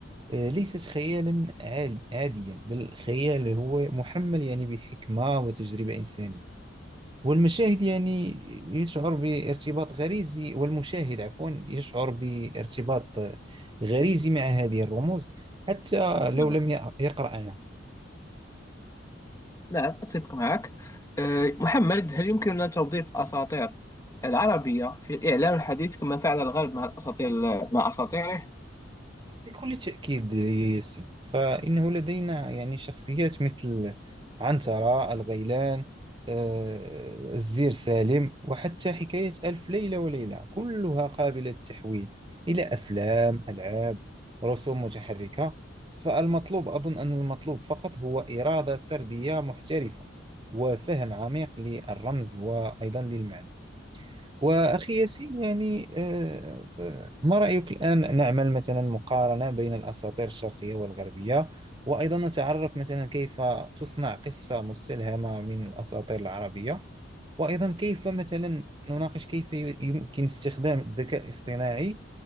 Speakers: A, on the right (about 25°); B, on the left (about 15°).
A: آه، ليست خيالا عالي عاديا بل خيال هو محمل يعني بحكمة وتجربة إنسانية والمشاهد يعني يشعر بارتباط غريزي والمشاهد عفوا يشعر بارتباط آه، غريزي مع هذه الرموز حتى لو
B: نعم
A: لم يقرأها
B: نعم أتفق معك أه، محمد هل يمكننا توظيف الأساطير العربية في الإعلام الحديث كما فعل الغرب مع الأساطير مع أساطيره؟
A: بكل تأكيد يا ياسين فإنه لدينا يعني شخصيات مثل عنترة الغيلان آه، الزير سالم وحتى حكاية ألف ليلة وليلة كلها قابلة للتحويل إلى أفلام ألعاب رسوم متحركة فالمطلوب أظن أن المطلوب فقط هو إرادة سردية محترفة وفهم عميق للرمز وأيضا للمعنى وأخي ياسين يعني آه، آه، ما رأيك الآن نعمل مثلا مقارنة بين الأساطير الشرقية والغربية وأيضا نتعرف مثلا كيف تصنع قصة مستلهمة من الأساطير العربية وأيضا كيف مثلا نناقش كيف يمكن استخدام الذكاء الاصطناعي